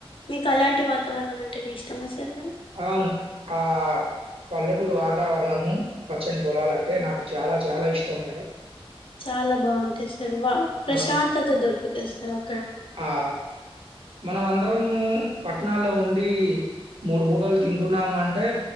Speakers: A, on the left; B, on the right.
A: మీకు అలాంటి వాతావరణం అంటే నే ఇష్టమా సార్ మరి
B: అవును ఆ పల్లెటూరు వాతావరణము పచ్చని పొలాలంటే నాకు చాలా చాలా ఇష్టం మేడం.
A: చాలా బావుంటది సార్ సర్వా ప్రశాంతత
B: అవును.
A: దొరకుతది సార్. అ
B: ఆ మనం అం అందరము పట్టణాల్లో ఉండి మూడు పూటలు తింటున్నాము అంటే